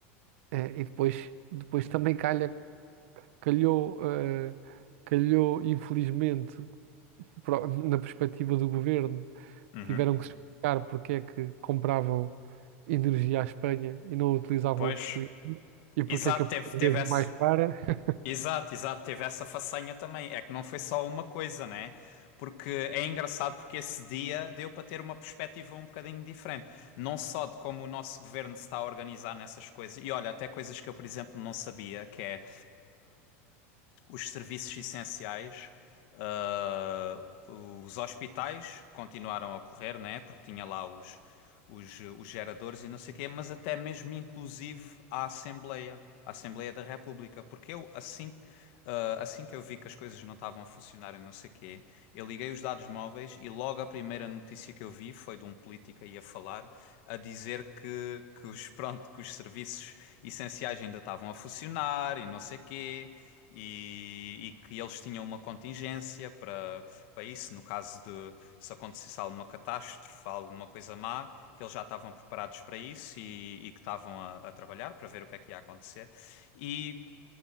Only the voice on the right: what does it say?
Eh, e depois, depois também calha calhou, eh, calhou infelizmente, pro- na perspectiva do governo,
tiveram que explicar porque é que compravam energia à Espanha e não utilizavam
a portuguesa e porque
é que a portuguesa
é mais cara. <laughs>